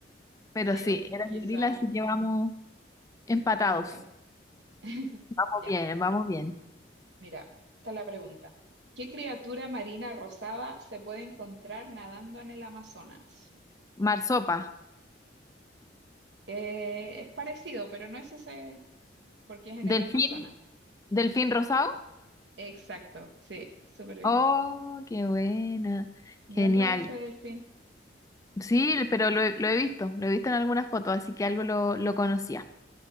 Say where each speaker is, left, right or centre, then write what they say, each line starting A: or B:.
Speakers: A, on the right (about 65°); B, on the left (about 20°).
A: <laughs>
B: Pero
A: dije,
B: sí,
A: hoy
B: era
A: quizá
B: el gorila, así que vamos empatados.
A: vamos bien. <laughs>
B: Vamos
A: Ya,
B: bien, vamos bien.
A: mira, está la pregunta. ¿Qué criatura marina rosada se puede encontrar nadando en el Amazonas?
B: Marsopa,
A: Eh, es parecido, pero no es ese, porque es en
B: delfín,
A: el Amazonas.
B: delfín rosado.
A: Exacto, sí, súper bien.
B: Oh, qué buena.
A: Bien
B: Genial.
A: raro ese delfín.
B: Sí, pero lo, he lo he visto, lo he visto en algunas fotos, así que algo lo, lo conocía.